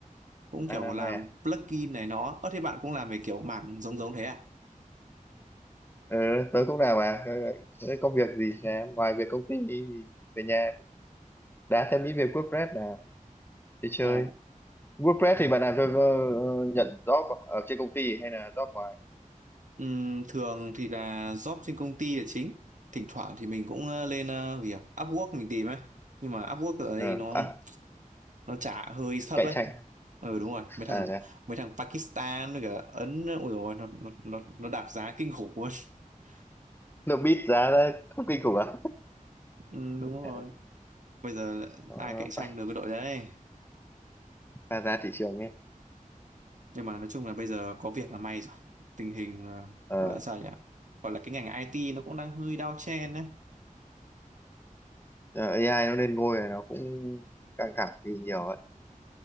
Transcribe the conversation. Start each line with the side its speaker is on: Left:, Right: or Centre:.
Right: Cũng
Left: à
Right: kiểu
Left: năm
Right: làm
Left: nay à?
Right: plugin này nó. Ơ thế bạn cũng làm về kiểu mảng giống giống thế à?
Left: ờ tớ cũng làm à Ờ, thế công việc gì làm ngoài việc công ty thì về nhà đá thêm ít về WordPress nào đi chơi
Right: Ồ,
Left: WordPress thì bạn làm cho ờ, nhận job ở trên công ty hay là job ngoài
Right: Ừm, thường thì là job trên công ty là chính thỉnh thoảng thì mình cũng ờ, lên ờ, gì à? Upwork mình tìm ấy nhưng mà Upwork ở
Left: Ờ,
Right: đây nó
Left: à,
Right: nó trả hơi thấp
Left: cạnh
Right: ấy
Left: tranh
Right: ừ đúng rồi mấy thằng
Left: à đấy.
Right: mấy thằng Pakistan với cả Ấn ôi rồi nó nó nó, nó đạp giá kinh khủng luôn <laughs>
Left: được biết giá ra không kinh khủng à
Right: Ừm, đúng rồi
Left: <laughs>
Right: bây giờ
Left: nó
Right: ai
Left: nó
Right: cạnh tranh
Left: phải
Right: được cái đội đấy
Left: pha giá thị trường ấy
Right: nhưng mà nói chung là bây giờ có việc là may rồi tình hình ờ,
Left: ờ
Right: gọi là sao nhỉ gọi là cái ngành IT nó cũng đang hơi down trend đấy
Left: giờ AI nó lên ngôi rồi nó cũng căng thẳng thì nhiều ấy